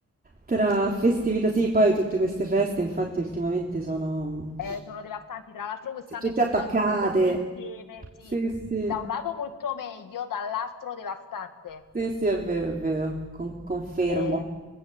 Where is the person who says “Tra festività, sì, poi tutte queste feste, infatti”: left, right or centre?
Right